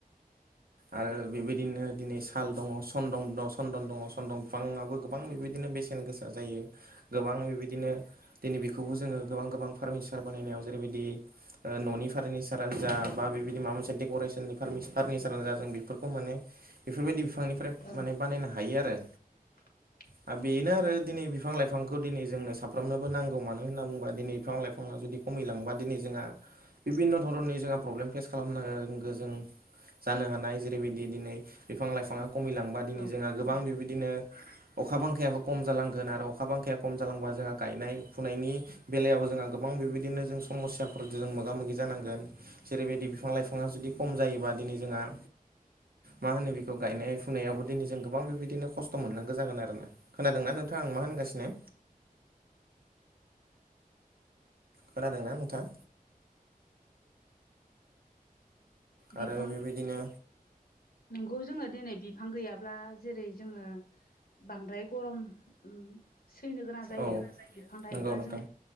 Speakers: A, on the right; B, on the left.
A: आरो बेबायदिनो दिनै साल दङ सन्दं दङ सन्दन दङ सन्दन बिफाङाबो गोबां बेबायदिनो बेसेन गोसा जायो गोबां बेबायदिनो दिनै बेखौबो जोङो गोबां गोबां फार्मिचार बानायनायाव जेरैबायदि न'नि फार्निचारानो जा बा बेबायदि माबा मोनसे डेक'रेसननि फारमिस नि <unintelligible> जों बेफोरखौ माने बेफोरबायदि बिफांनिफ्राय
B: औ
A: मान बानायनो हायो आरो
B: <inaudible>
A: द बेनो आरो दिनै बिफां लाइफांखौ दिनै जोंनो साफ्रोमनोबो नांगौ मानो होनना बुङोबा दिनै बिफां लाइफाङा जुदि खमायलांबा दिनै जोंहा बिभिन्न' धरननि जोंहा प्रब्लेम फेस खालामनांगौ जों जानो हानाय जेरैबायदि दिनै बिफां लाइफाङा खमिलांबा दिनै
B: औ
A: जोंहा गोबां
B: औ
A: बेबायदिनो अखा बांखायाबो खम जालांगोन आरो अखा बांखाया खम जालांबा जोंहा गायनाय फुनायनि बेलायाव जोंहा गोबां बेबायदिनो जों समस्याफोरजों जों मोगा मोगि जानांगोन जेरैबायदि बिफां लाइफाङा जुदि खम जायोबा दिनै जोंहा मा होनो बेखौ गायनाय फुनायावबो दिनै जों गोबां बेबायदिनो खस्थ' मोननांगौ जागोन आरोना खोनादोंना नोंथाङा आं मा होनगासिनो खोनादोंना नोंथाङा
B: बिफां
A: आरो बेबायदिनो
B: नंगौ जोङो दिनै बिफां गैयाब्ला जेरै जोङो बांद्राय गरम ओम सैनो गोनां जायो
A: औ
B: बिफां थायोब्ला
A: नंगौ नोंथां
B: जों